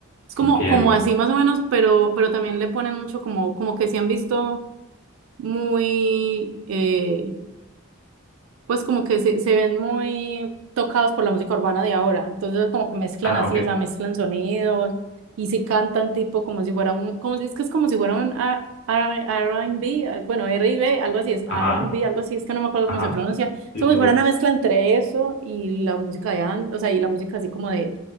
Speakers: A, on the right; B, on the left.
A: Es como,
B: entiendo.
A: como así más o menos, pero, pero también le ponen mucho como, como que se han visto muy, eh, pues como que se, se ven muy tocados por la música urbana de ahora. Entonces como que mezclan
B: Ah,
A: así,
B: ok,
A: o sea, mezclan sonidos y si cantan tipo como si fuera un, como si es que es como si fuera un R- R- R&B, ah, bueno, r y b algo así es, r
B: ajá,
A: and b algo así, es que no me acuerdo
B: ajá,
A: cómo se pronuncia. Es
B: sí,
A: como
B: sí,
A: si fuera
B: sí.
A: una mezcla entre eso y la música de antes, o sea, y la música así como de,